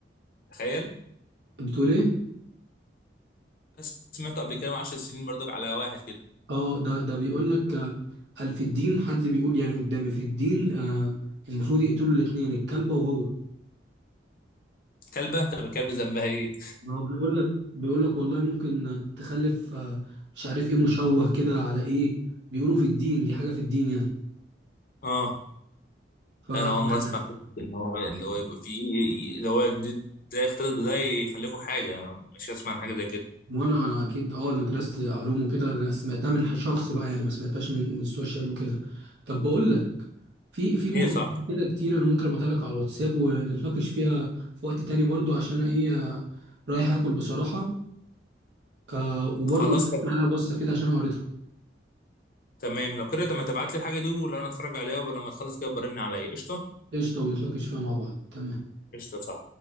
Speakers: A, on the left; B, on the right.
A: تخيل
B: بتقول ايه
A: بس سمعته قبل كده من 10 سنين برضك على واحد كده
B: اه ده ده بيقول لك آه قال في الدين حد بيقول يعني قدامي في الدين آه المفروض يقتلوا الاثنين الكلبه وهو
A: كلبه طب الكلب ذنبها ايه
B: ما هو بيقول لك بيقول لك والله ممكن تخلف آه مش عارف ايه مشوه كده على ايه بيقولوا في الدين دي حاجه في الدين يعني
A: <laughs> اه
B: ف <laughs>
A: لا انا اول مره اسمع فكره ان هو اللي هو يبقى فيه اللي هو دي- ده يختلط بده يخلفوا حاجه مش هسمع عن حاجه زي كده
B: وانا انا اكيد اه انا درست علوم وكده انا سمعتها من شخص بقى يعني ما سمعتهاش من من السوشيال وكده طب بقول لك في في مواضيع
A: ايه يا صاحبي
B: كده كتير انا ممكن ابعتها لك على الواتساب ونتناقش فيها في وقت تاني برضو عشان انا ايه آه، رايح اكل بصراحة آه وبرضو
A: خلاص طب
B: عليها بصة كده عشان أنا قريتها
A: تمام لو كده طب ما تبعت لي الحاجه دي ولو انا اتفرج عليها ولما تخلص كده برن عليا قشطه
B: قشطة ونتناقش فيها مع بعض تمام
A: قشطه صح